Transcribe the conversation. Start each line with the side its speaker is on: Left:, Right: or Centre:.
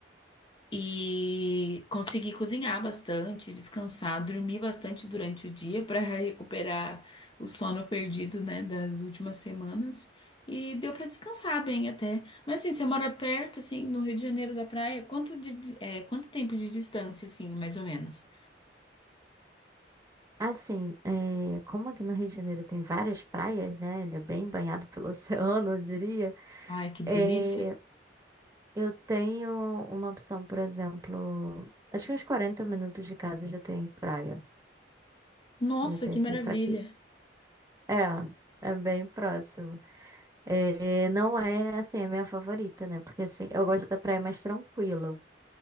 Left: E consegui cozinhar bastante, descansar, dormir bastante durante o dia para <laughs> recuperar o sono perdido, né, das últimas semanas. E deu para descansar bem até. Mas assim, você mora perto, assim, no Rio de Janeiro da praia, quanto de, é, quanto tempo de distância, assim, mais ou menos?
Right: Assim, é, como aqui no Rio de Janeiro tem várias praias, né? Ele é bem banhado pelo <laughs> oceano, eu diria.
Left: Ai, que delícia!
Right: é, eu tenho uma opção, por exemplo, acho que uns 40 minutos de casa já tem praia.
Left: Nossa,
Right: Já tem
Left: que
Right: assim,
Left: maravilha!
Right: só que é, é bem próximo. É, não é assim a minha favorita, né? Porque assim, eu gosto da praia mais tranquila.